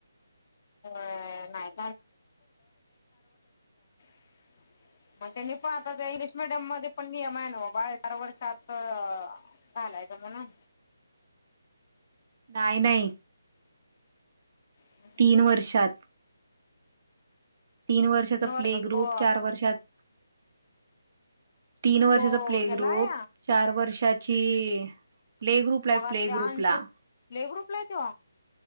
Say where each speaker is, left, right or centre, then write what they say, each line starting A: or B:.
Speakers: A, on the left; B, on the right.
A: होय नाही <unintelligible> मग त्यांनी पण आता इंग्लिश मिडियम मध्ये पण नियम आहे नव बाळ चार वर्षात चालायचं म्हणून.
B: नाही नाही.
A: <unintelligible>
B: तीन वर्षात तीन वर्ष संपले
A: वर्षात
B: ग्रुप
A: तो
B: चार वर्षात तीन वर्ष
A: तो
B: संपले
A: ह्याला
B: ग्रुप
A: आहे
B: चार वर्षाची अ प्ले ग्रुप ला
A: मग
B: आहे प्ले
A: ते अंशु
B: ग्रुपला.
A: प्ले ग्रुपला हाय त्यो?